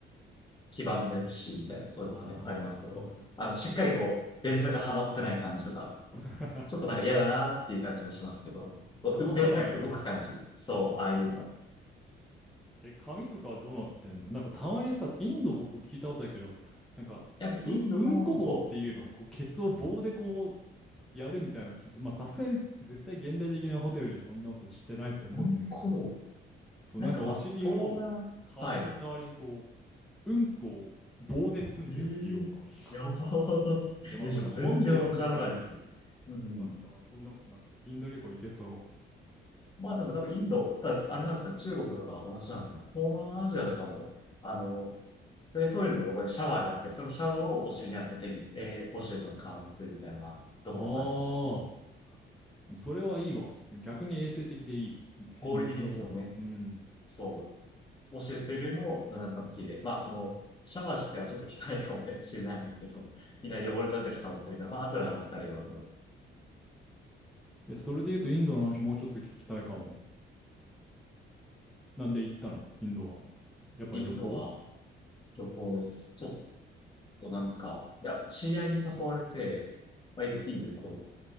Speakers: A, on the left; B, in the centre.
A: 黄ばんでるし、みたいな、そういうのがねありますけど、
B: あ
A: あの、しっかりこう、便座がはまってない感じとか、
B: ー。
A: ちょっとなんか嫌だなっていう感じもしますけど、
B: <laughs>
A: う便座が動く感じ。
B: 直さないよな。
A: そう、
B: うん
A: ああいうのは。
B: え、髪とかはどうなってんのなんかたまにさ、インド僕聞いたことだけど、なんか、
A: いや、インドも、
B: う、うんこ棒っていうの、
A: そ
B: こう、ケツを棒でこやるみたいなのきっと、まあさすがに絶対現代的なホテルでそんなことしてないと思うんだけど、
A: う、うんこ、
B: そうなんかお尻を紙の代わりにこ
A: なんかまあ、東南、はい。
B: う、うんこを棒で拭くんだよね、
A: えー、
B: 要は。い
A: やばー。<laughs>
B: やまあこれで本で読んだから
A: え、ちょっと全然わからないですけど。うん。
B: よかったわ、そんなことなくて。インド旅行行けそう。
A: まあでも多分インド、だあれなんですか、中国とか同じなのかな。東南アジアとかも、あの、で、トイレの横にシャワーがあって、そのシャワーをお尻に当ててみ、えー、お尻との顔にするみたいなところもありますよね。
B: ああ、それはいいわ。逆に衛生的でいい。へ水の方が。
A: 合理的ですよね。
B: うん。
A: そう。教えてるのも、なんか綺麗。まあ、その、シャワー自体はちょっと汚いかもしれないんですけど、みんな汚れたり触ってるから、まあ、後で洗ったりは、
B: え、それで言うとインドの話もうちょっと聞きたいかも。なんで行ったのインドは。やっぱり旅行
A: インドは旅行です。ちょっととなんか、いや、知り合いに誘われて、まあ、インインドでこう、